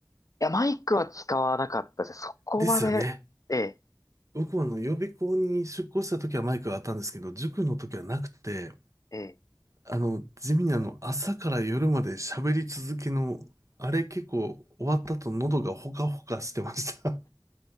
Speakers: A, on the left; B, on the right.
A: や、マイクは使わなかったです。そこまで、
B: ですよね。
A: ええ、
B: 僕はあの、予備校に出向した時はマイクがあったんですけど、塾の時はなくて、
A: ええ、
B: あの、地味にあの、朝から夜まで喋り続けの、あれ結構終わった後喉がほかほかしてました。